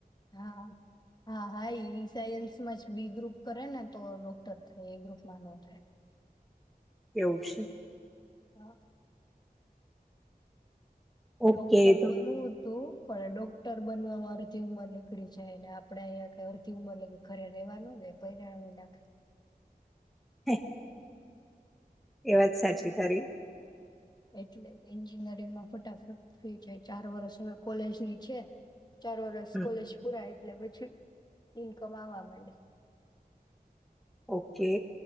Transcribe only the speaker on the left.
હા હા. હા હા એ સાયન્સમાં જ બી ગ્રુપ કરે ને તો ડોક્ટર થાય એ ગ્રુપમાં નો થાય.
હા. ડોક્ટર
બનવું. તો પર ડોક્ટર બનમાં અડધી ઉંમર નીકળી જાયને આપડે અહીંયા કઈ અડધી ઉંમર લી ખરે રેવાનું દે પણ નાખે
એટલે એન્જિનિયરિંગમાં ફટાફટ થઈ જાય ચાર વરષ હવે કોલેજ ની છે. ચાર વરસ
કોલેજ પુરા એટલે પછી ઇન્કમ આવવા માંડે.